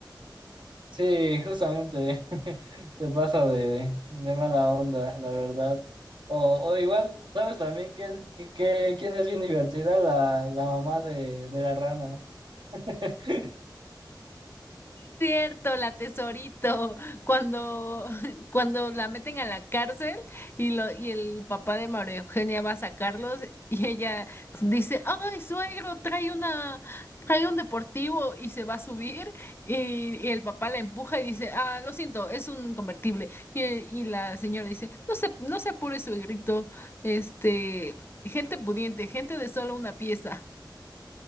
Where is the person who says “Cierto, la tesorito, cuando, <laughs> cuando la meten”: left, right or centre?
Left